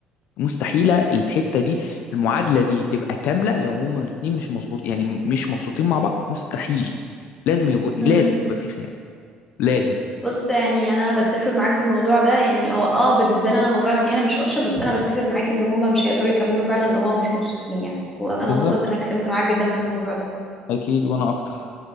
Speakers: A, on the left; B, in the centre.
A: مستحيله الحته دي المعادله دي تبقى كامله لو هما الاثنين مش مظبوط يعني مش مبسوطين مع بعض مستحيل لازم يبقى
B: امم
A: لازم يبقى في خيانه لازم
B: بص يعني انا بتفق معاك في الموضوع ده يعني هو اه بالنسبه لي انا موضوع الخيانه مش اوبشن بس انا بتفق معاك ان هم مش هيقدروا يكملوا فعلا لو هم مش مبسوطين يعني وانا
A: بالظبط
B: انبسطت ان انا اتكلمت معاك جدا في الموضوع ده
A: أكيد وأنا أكتر